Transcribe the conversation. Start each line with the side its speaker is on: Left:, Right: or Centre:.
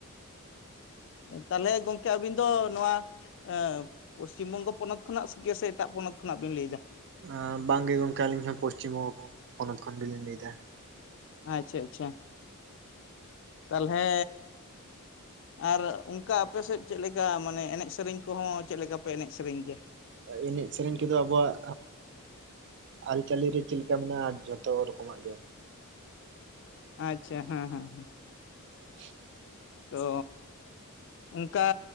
Left: ᱛᱟᱞᱮ ᱜᱚᱢᱠᱮ ᱟᱹᱵᱤᱱ ᱫᱚ ᱱᱚᱣᱟ ᱮᱸ ᱯᱚᱥᱪᱤᱢ ᱵᱚᱝᱜᱚ ᱯᱚᱱᱚᱛ ᱠᱷᱚᱱᱟᱜ ᱜᱮ ᱥᱮ ᱮᱴᱟᱜ ᱯᱚᱱᱚᱛ ᱠᱷᱚᱱᱟᱜ ᱵᱤᱱ ᱞᱟᱹᱭ ᱮᱫᱟ?
Right: ᱮᱸ ᱵᱟᱝ ᱜᱤ ᱜᱚᱝᱠᱮ ᱟᱹᱞᱤᱧ ᱦᱚᱸ ᱯᱚᱥᱪᱤᱢ ᱵᱚᱝᱜᱚ ᱯᱚᱱᱚᱛ ᱠᱷᱚᱱ ᱜᱮᱞᱤᱧ ᱞᱟᱹᱭ ᱮᱫᱟ᱾
Left: ᱟᱪᱪᱷᱟ ᱟᱪᱪᱷᱟ ᱛᱟᱞᱦᱮ ᱟᱨ ᱚᱱᱠᱟ ᱟᱯᱮ ᱥᱮᱫ ᱪᱮᱫ ᱞᱮᱠᱟ ᱢᱟᱱᱮ ᱮᱱᱮᱡᱽ ᱥᱮᱨᱮᱧ ᱠᱚᱦᱚᱸ ᱪᱮᱫ ᱞᱮᱠᱟ ᱯᱮ ᱮᱱᱮᱡᱽ ᱥᱮᱨᱮᱧ ᱜᱮᱭᱟ?
Right: ᱮᱱᱮᱡ ᱥᱮᱨᱮᱧ ᱠᱚᱫᱚ ᱟᱵᱚᱣᱟᱜ, ᱟᱹᱨᱤᱪᱟᱹᱞᱤ ᱨᱮ ᱪᱮᱫ ᱞᱮᱠᱟ ᱢᱮᱱᱟᱜᱼᱟ ᱡᱚᱛᱚ ᱨᱚᱠᱚᱢᱟᱜ ᱜᱮ,
Left: ᱟᱪᱪᱷᱟ ᱦᱮᱸ ᱦᱮᱸ ᱦᱮᱸ
Right: <unintelligible>
Left: ᱛᱚ ᱚᱱᱠᱟ